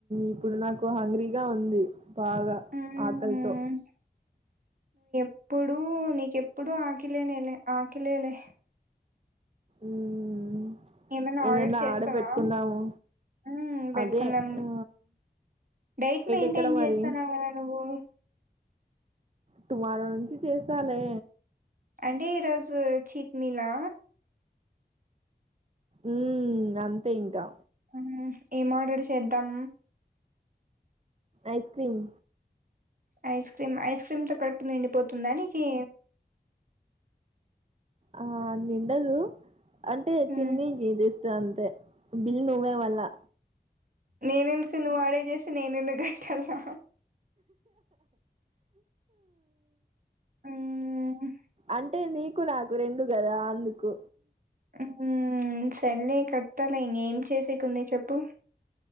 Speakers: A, on the right; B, on the right.
A: ఇప్పుడు నాకు హంగ్రీగా ఉంది బాగా
B: హ్మ్
A: ఆకలితో
B: ఇప్పుడు నీకెప్పుడుూ ఆకిలేలే ఆకిలేలే
A: ఊమ్
B: ఏమైనా
A: ఏదన్న
B: ఆర్డర్ చేస్తావా
A: ఆడ పెట్టుకుందాము
B: హ్మ్ పెట్టుకుందాం
A: అదే ఆ
B: డైట్ మెయింటైన్
A: ఎక్కడ మరి
B: చేస్సన్నావ్ గదా నువ్వు
A: టుమారో నుంచి చేస్సాలే
B: అంటే ఈరోజూ చీక్ మీలా
A: ఊమ్ అంతే ఇంకా
B: ఉహ్ ఏం ఆర్డర్ చేద్దాం
A: ice cream
B: ice cream, ice cream తో కడుపు నిండిపోతుందా నికీ
A: ఆ నిండదు అంటే
B: మ్మ్
A: తిన్నీకి జస్ట్ అంతే బిల్ నువ్వే మళ్ళా
B: నేనెందుకు నువ్ ఆడ చేస్సే నేనెందుకు కట్టాలా మ్మ్
A: అంటే నీకు నాకు రెండు గదా అందుకు
B: ఊమ్ సర్లే కట్తాలే ఇంగ ఏం చేసేకుంది చెప్పు